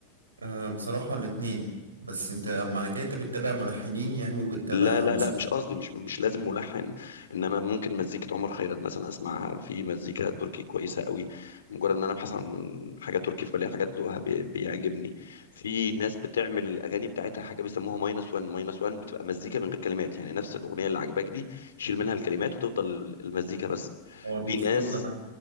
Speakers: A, on the right (about 75°); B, on the left (about 65°).
A: أه بصراحة الاتنين بس انت معنى كده انت بتتابع ملحنين يعني وبتتابع
B: لا لا
A: موسيقى
B: لا مش قصدي مش مش لازم ملحن انما ممكن مزيكة عمر خيرت مثلا اسمعها في مزيكة تركي كويسة قوي مجرد ان انا ابحث عن حاجة تركي فبلاقي حاجة ذوقها بي- بيعجبني في ناس بتعمل الاغاني بتاعتها حاجة بيسموها ماينس 1 ماينس 1 بتبقى مزيكة من غير كلمات يعني نفس الاغنية اللي عجباك دي يشيل منها الكلمات وتفضل المزيكة بس
A: اه بيفصلوا
B: في ناس
A: ده عن